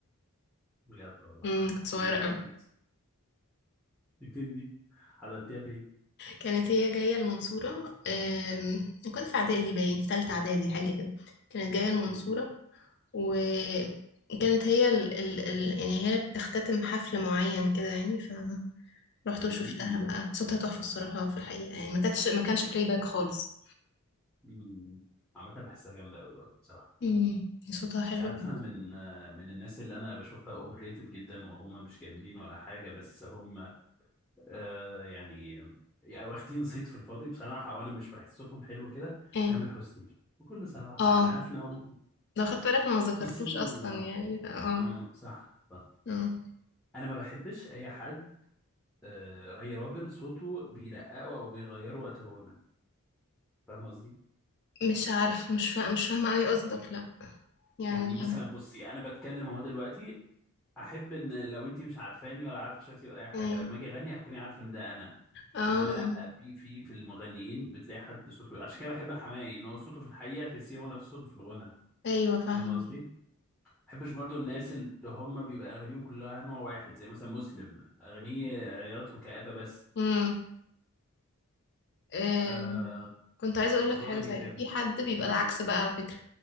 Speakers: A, in the centre; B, on the left.
A: بجد والله
B: امم كنت صغيرة
A: دي فين
B: قوي
A: دي دي فين دي حضرتيها فين
B: كانت هي جاية المنصورة أم، كنت في اعدادي باين في تالتة اعدادي حاجة كده كانت جاية المنصورة
A: امم
B: وكانت هي ال... ال... ال... يعني هي اللي بتختتم حفل معين كده يعني فروحت
A: امم
B: وشفتها بقى صوتها تحفة الصراحة في الحقيقة يعني ما كانتش ما كانش بلاي باك خالص
A: أمم. عامة بحسها جامدة أوي برضه بصراحة
B: امم صوتها حلو
A: أنت عارف أنا من آه، من الناس اللي أنا بشوفها أوفر ريتد جدا وهم مش جامدين ولا حاجة بس هم آه يعني يعني واخدين صيت في الفاضي بصراحة وأنا مش بحس صوتهم حلو كده
B: اه
A: تامر حسني بكل صراحة
B: اه
A: يعني عارف إن هو
B: لو خدت بالك انا ما ذكرتوش
A: بصي
B: اصلا
A: آه
B: يعني ف- اه
A: آه، صح صح
B: اه
A: انا ما بحبش اي حد آه، اي راجل صوته بيرققه او بيغيره وقت الغنى فاهم قصدي
B: مش عارفه مش فاهمه مش فاهمه قوي قصدك لا يعني
A: يعني مثلا بصي انا بتكلم اهو دلوقتي احب ان لو انت مش عارفاني ولا عارفه شكلي ولا اي حاجه
B: ايه
A: لما اجي اغني هتكوني عارفه ان ده انا
B: اه
A: انما لا في في في المغنيين بتلاقي حد صوته عشان كده بحب حماقي ان هو صوته في الحقيقه تحسيه هو نفس صوته في الغنى
B: ايوه فاهمه
A: فاهم مم. قصدي ما بحبش برضو الناس اللي هم بيبقى اغانيهم كلها نوع واحد زي مثلا مسلم اغانيه عياط وكآبة بس
B: امم آم،
A: آه
B: كنت عايزه اقول
A: الموضوع
B: لك حاجه
A: ده بيتعبني
B: صحيح في حد بيبقى العكس بقى على فكره